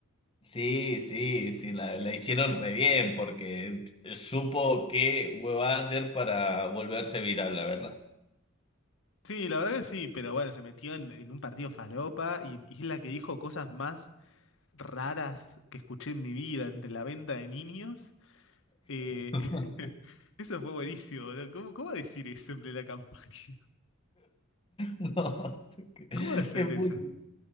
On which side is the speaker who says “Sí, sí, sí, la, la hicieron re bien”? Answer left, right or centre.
Left